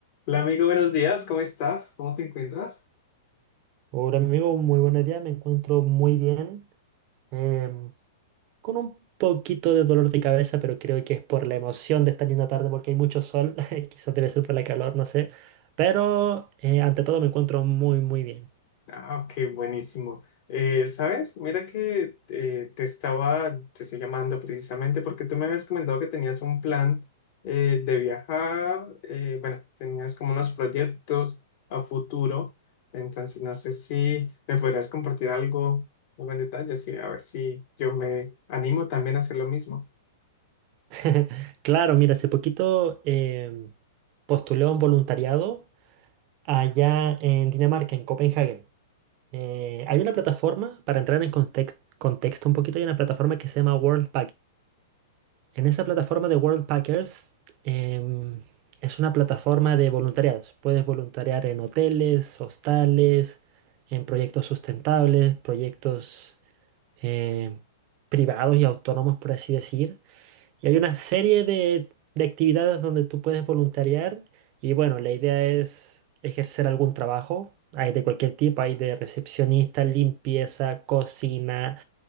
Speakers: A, on the left; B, on the right.
A: Hola amigo, buenos días, ¿cómo estás? ¿Cómo te encuentras?
B: Hola amigo, muy buenos días, me encuentro muy bien, em, con un poquito de dolor de cabeza, pero creo que es por la emoción de esta linda tarde porque hay mucho sol, <laughs> quizás debe ser por la calor, no sé, pero eh, ante todo me encuentro muy muy bien.
A: Ah, ok, buenísimo. Eh, ¿sabes? Mira que eh, te estaba, te estoy llamando precisamente porque tú me habías comentado que tenías un plan eh, de viajar, eh, bueno, tenías como unos proyectos a futuro, entonces no sé si me podrías compartir algo, algo en detalle, así a ver si yo me animo también a hacer lo mismo.
B: <laughs> Claro, mira, hace poquito em, postulé a un voluntariado allá en Dinamarca, en Copenhague. Eh, hay una plataforma, para entrar en context- contexto un poquito, hay una plataforma que se llama World En esa plataforma de World Packers em, es una plataforma de voluntariados. Puedes voluntariar en hoteles, hostales, en proyectos sustentables, proyectos eh, privados y autónomos, por así decir. Y hay una serie de, de actividades donde tú puedes voluntariar. Y bueno, la idea es ejercer algún trabajo. Hay de cualquier tipo, hay de recepcionista, limpieza, cocina